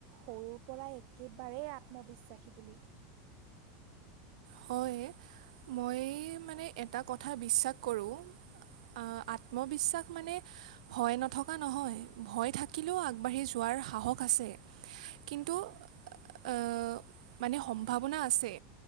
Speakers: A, on the right; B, on the right.
A: সৰুৰ পৰা একেবাৰে ৰে আত্মবিশ্বাসী বুলি। <unintelligible>
B: হয় মই মানে এটা কথা বিশ্বাস কৰো। আ আত্মবিশ্বাস মানে ভয় নথকা নহয়। ভয় থাকিলেও আগবাঢ়ি যোৱা। আৰু সাহস আছে কিন্তু আহ মানে সম্ভাৱনা আছে